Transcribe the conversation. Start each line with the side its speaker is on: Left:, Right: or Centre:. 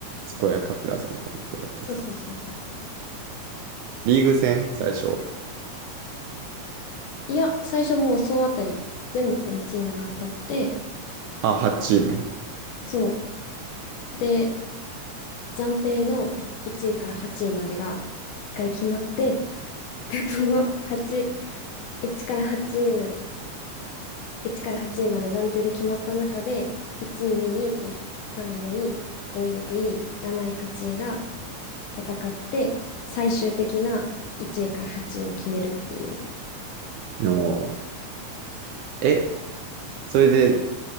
Right: 健やかプラザみたいなところでやったやつ。
Left: そうそうそうそうそう。
Right: リーグ戦最初。
Left: いや、最初もう総当たり、全部のチームが当たって、
Right: あ、8チーム。
Left: そう。で、暫定の1位から8位までが1回決まって、<laughs> で、その8、1から8位、1から8位まで暫定で決まった中で、1位、2位、3位、4位、5位、6位、7位、8位が戦って、最終的な1位から8位を決めるっていう。
Right: おーえ、それで、